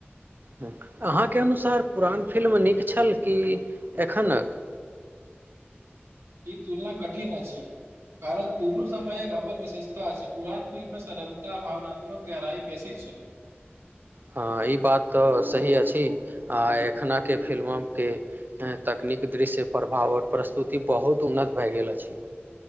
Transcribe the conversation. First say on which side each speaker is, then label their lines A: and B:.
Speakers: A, on the right (about 50°); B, on the right (about 80°).
A: अहाँकेँ अनुसार पुरान फिल्म नीक छल कि एखनक
B: ई तुलना कठिन अछि। कारण दुनू समयक अपन विशेषता अछि पुरान फिल्ममे सरलता भावनात्मक गहराई बेसी छैय
A: ह ई बात तऽ सही अछि आ एखने फिल्म के ह तकनीक दृश्य प्रभाव ओर प्रस्तुति बहुत उन्नत भए गेल अछि